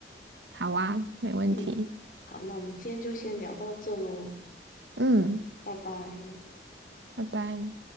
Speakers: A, on the right; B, on the left.
A: 好啊，没问题，
B: 嗯，好，那我们今天就先聊到这喽，
A: 嗯，
B: 拜拜。
A: 拜拜。